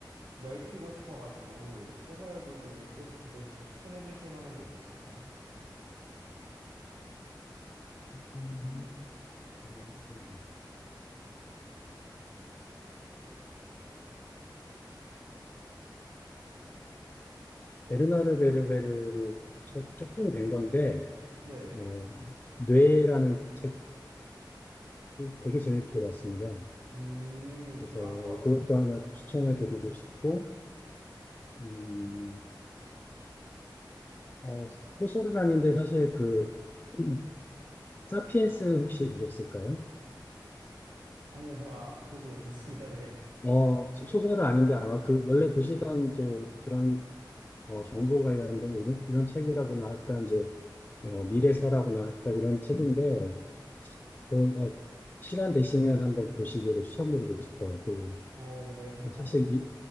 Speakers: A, on the right; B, on the left.
A: 넓히고 싶어가지고 소설도 좀 읽고 싶은데 혹시 추천해 주실 만한 거 있으실까요?
B: 음, 음, 베르나르 베르베르 책 조금 된 건데,
A: 네.
B: 어, 뇌라는 책이 되게 재밌게 봤습니다.
A: 음,
B: 그래서
A: 제가 한번
B: 그것도 하나 추천해 드리고 싶고, 음, 어, 소설은 아닌데 사실 그, 음, 사피엔스 혹시 보셨을까요?
A: 아니요, 제가 보지 못했습니다. 네.
B: 어, 소- 소설은 아닌데 아마 그 원래 보시던 이제 그런 어, 정보 관련된 이런, 이런 책이라고나 할까 이제 어, 미래서라고나 할까 이런 책인데 좀 어, 시간 되시면 한번 보시기를 추천드리고 싶어요. 그
A: 어, 네, 감사합니다.
B: 사실 이,